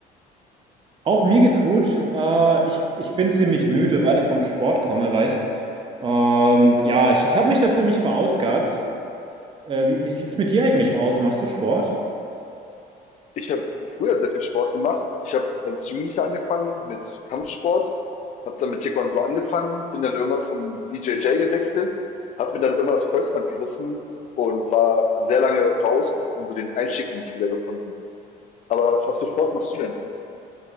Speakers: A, on the right (about 30°); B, on the left (about 45°).
A: Auch mir geht's gut. Äh, ich, ich bin ziemlich müde, weil ich vom Sport komme, weißt. Und ja, ich, ich habe mich da ziemlich verausgabt. Äh, wie, wie sieht's mit dir eigentlich aus? Machst du Sport?
B: Ich habe früher sehr viel Sport gemacht. Ich habe als Jugendlicher angefangen mit Kampfsport, habe dann mit Taekwondo angefangen, bin dann irgendwann zum BJJ gewechselt, habe mir dann irgendwann das Kreuzband gerissen und war sehr lange raus und habe dann so den Einstieg nicht wiedergefunden. Aber was für Sport machst du denn?